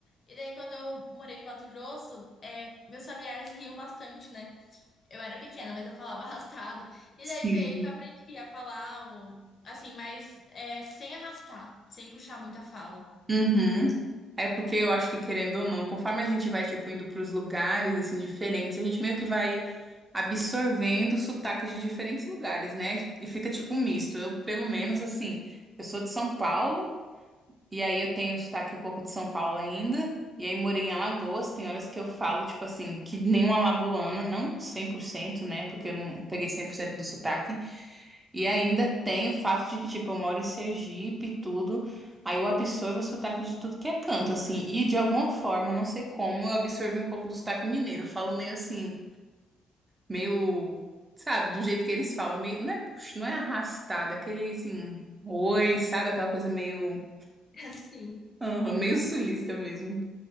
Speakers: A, on the left; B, on the right.
A: E daí, quando eu morei para Mato Grosso, é, meus familiares riam bastante, né? Eu era pequena, mas eu falava <laughs> arrastado. E
B: sim.
A: daí foi aí que eu aprendi a falar, o, assim, mas é, sem arrastar, sem puxar muito a fala.
B: Uhum. É porque eu acho que, querendo ou não, conforme a gente vai, tipo, indo pros lugares, assim, diferentes, a gente meio que vai absorvendo sotaques de diferentes lugares, né, e fica, tipo, um misto. Eu, pelo menos, assim, eu sou de São Paulo, E aí eu tenho sotaque um pouco de São Paulo ainda. E aí morei em Alagoas. Tem horas que eu falo, tipo assim, que nem uma alagoana, não cem por cento né? Porque eu não peguei 100% do sotaque. E ainda tem o fato de que, tipo, eu moro em Sergipe e tudo. Aí eu absorvo o sotaque de tudo que é canto, assim. E de alguma forma, não sei como, eu absorvi um pouco do sotaque mineiro. Eu falo meio assim, meio, sabe, do jeito que eles falam. Meio, não é, puxa, não é arrastado, é aquele assim, oi, sabe? Aquela coisa meio,
A: <laughs> Sim.
B: aham, meio sulista mesmo.